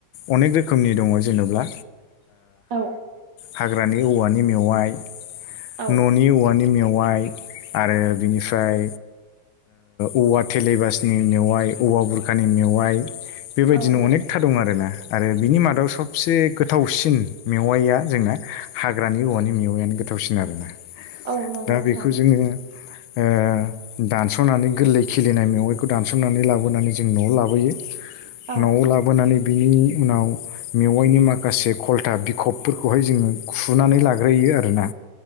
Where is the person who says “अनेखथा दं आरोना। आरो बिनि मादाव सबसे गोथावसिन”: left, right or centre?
Left